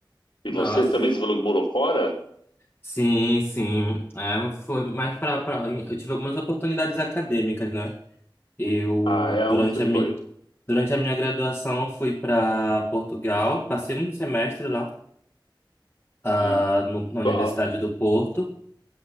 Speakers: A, on the left (about 85°); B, on the left (about 20°).
A: E
B: Nossa.
A: você também, você falou que morou fora?
B: Sim, sim. É, foi mais pra, pra... Eu tive algumas oportunidades acadêmicas, né? Eu,
A: Ah, é? Aonde
B: durante
A: você
B: a
A: foi?
B: minha, durante a minha graduação, fui para Portugal, passei um semestre lá, ah,
A: Hum.
B: no- na Universidade
A: Qual-
B: do Porto,